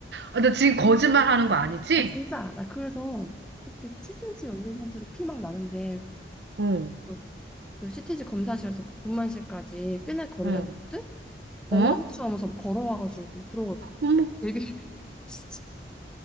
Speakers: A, on the right; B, in the centre.
A: 아, 나 지금 거짓말 하는 거 아니지?
B: 아 진짜 나 그래서 그때 7cm 열린 상태로 피 막 나는데
A: 어,
B: 그, 그 CTG 검사실에서 분만실까지 꽤나 거리가
A: 어,
B: 됐거든? 엉거주춤하면서
A: 어?
B: 걸어와가지고 그러고
A: 어머.
B: 되게 <laughs>